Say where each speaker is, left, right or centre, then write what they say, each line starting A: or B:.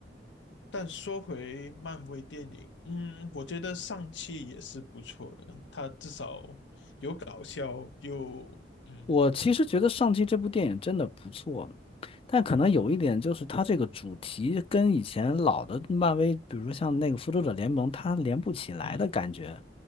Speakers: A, on the left; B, on the left.
A: 但说回漫威电影，嗯，我觉得上汽也是不错的，它至少搞笑又嗯
B: 我其实觉得《上期这部电影真的不错，但可能有一点就是它这个主题跟以前老的漫威，比如说像那个《复仇者联盟》，它连不起来的感觉，
A: 嗯